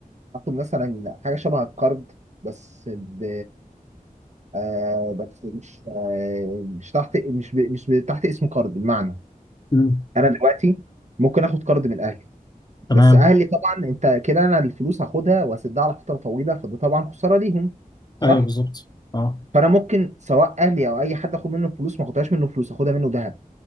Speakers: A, on the right; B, on the left.
A: اخد مثلا حاجه شبه القرض بس ب آه بس مش آه مش تحت مش ب... مش ب... تحت اسم قرض بمعنى
B: مم.
A: انا دلوقتي ممكن اخد قرض من اهلي
B: تمام
A: بس اهلي طبعا انت كده انا الفلوس هاخدها واسدها على فتره طويله فده طبعا خساره ليهم صح
B: ايوه بالظبط اه
A: فانا ممكن سواء اهلي او اي حد اخد منه فلوس ما اخدهاش منه فلوس اخدها منه ذهب